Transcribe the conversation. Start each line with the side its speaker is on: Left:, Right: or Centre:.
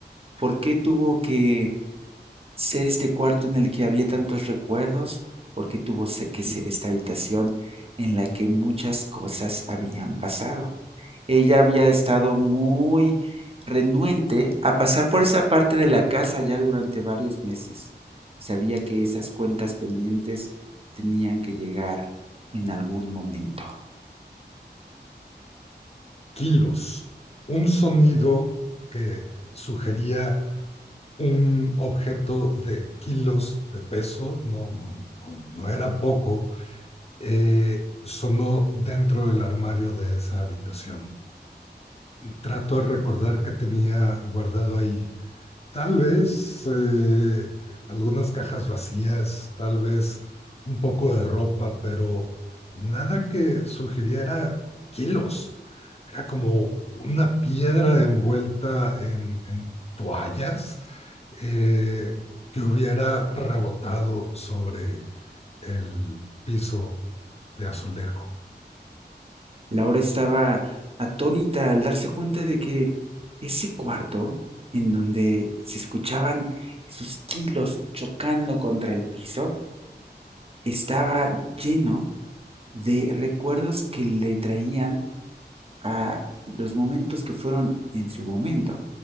Right: ¿Por qué tuvo que ser este cuarto en el que había tantos recuerdos, porque tuvo que ser esta habitación en la que muchas cosas habían pasado. Ella había estado muy renuente a pasar por esa parte de la casa ya durante varios meses. Sabía que esas cuentas pendientes tenían que llegar en algún momento.
Left: kilos, un sonido que sugería un objeto de kilos de peso, no, no, no, no era poco, eh, sonó dentro del armario de esa habitación. Trató de recordar qué tenía guardado ahí Tal vez eh, algunas cajas vacías, tal vez un poco de ropa, pero nada que sugiriera kilos. Era como una piedra envuelta en, en toallas eh, que hubiera rebotado sobre el piso de azulejo.
Right: Laura estaba atónita al darse cuenta de que ese cuarto, en donde se escuchaban esos kilos chocando contra el piso, estaba lleno de recuerdos que le traían a los momentos que fueron en su momento,